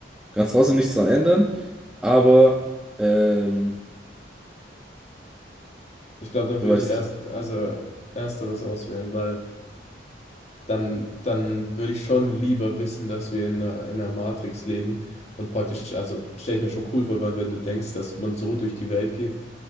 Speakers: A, in the centre; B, on the left.
A: Kannst trotzdem nichts dran ändern, aber ähm,
B: Ich glaube, dann
A: du
B: würde
A: weißt
B: ich erst,
A: es nicht.
B: also ersteres auswählen, weil dann, dann würde ich schon lieber wissen, dass wir in einer, in einer Matrix leben und praktisch, also stelle ich mir schon cool vor, weil wenn du denkst, dass man so durch die Welt geht,